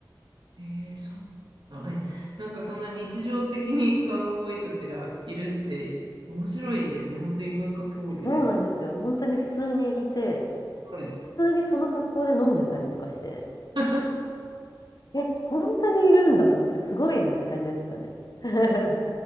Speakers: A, on the right; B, on the left.
A: ええそうなんだ。え、なんかそんな日常的にカウボーイたちがいるって面白いですね。本当に文化交流ですね。
B: そうなんですよ。本当に普通にいて、
A: ごい。
B: 普通にその格好で飲んでたりとかして。
A: <laughs>
B: え、本当にいるんだと思って、すごいなって感じでしたね。<laughs>